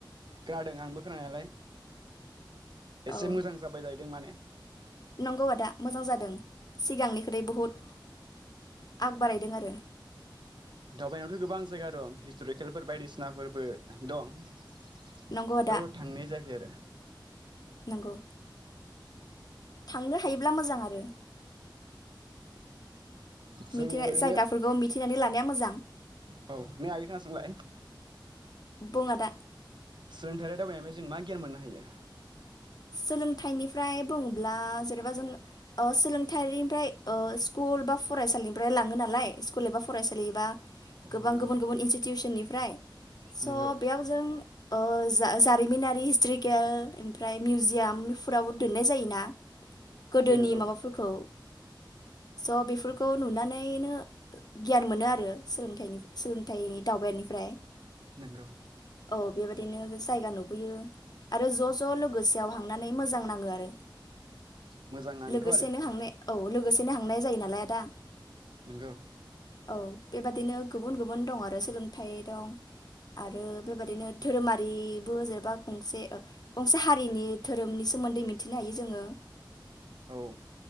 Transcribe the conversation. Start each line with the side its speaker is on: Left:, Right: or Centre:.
Right: खोनादों आंबो खोनानायालाय एसे
Left: औ
Right: मोजां जाबाय जाहैदों माने
Left: नंगौ आदा मोजां जादों सिगांनिख्रुइ बुहुत आग बारायदों आरो
Right: दावबायनायावथ' गोबां जायगा दं हिस्ट'रिकेलफोर बायदिसिनाफोरबो दं फोराव
Left: नंगौ आदा
Right: थांनाय जायाखै आरो
Left: नंगौ थांनो हायोब्ला मोजां आरो
Right: जों
Left: मिथि
Right: ओरैनो
Left: जायगाफोरखौ मिथिनानै लानाया मोजां
Right: औ नै आगै खोनासंलाय
Left: बुं आदा
Right: सोलोंथाइयारि दावबायनायनिफ्राय जों मा गियान मोननो हायो
Left: सोलोंथाइनिफ्राय बुङोब्ला जेनेबा जों ओ सोलोंथायारिनिफ्राय ओ स्कुल बा फरायसालिनिफ्राय लाङो नालाय स्कुल एबा फरायसालिबा
Right: औ
Left: गोबां
Right: नंगौ
Left: गुबुन गुबुन इनस्टिटिउसननि फ्राय। स'
Right: नंगौ
Left: बेयाव जों ओ जा-जारिमिनारि हिस्ट्रिकेल ओमफ्राय मिउजियामफोरावबो दोननाय जायोना गोदोनि
Right: दोनो औ
Left: माबाफोरखौ। स' बेफोरखौ नुनानैनो गियान मोनो आरो सोलोंथाइनि सोलोंथाइनि दावबायानिफ्राय।
Right: नोंगौ।
Left: औ बेबायदिनो जायगा नुबोयो आरो ज' ज' लो गोसो आव हांनानै मोजां नाङो आरो।
Right: मोजां नाङोथ'
Left: लोगोसेनो
Right: आरो
Left: हांनाय औ लोगोसेनो हांनाय जायो नालाय आदा
Right: नंगौ
Left: औ बेबादिनो गुबुन गुबुन दं आरो सोलोंथाइ दं आरो बेबादिनो धोरोमारिबो जेन'बा गंसे ओ गंसे हा नि धोरोमनि सोमोन्दै मिथिनो हायो जोङो।
Right: औ।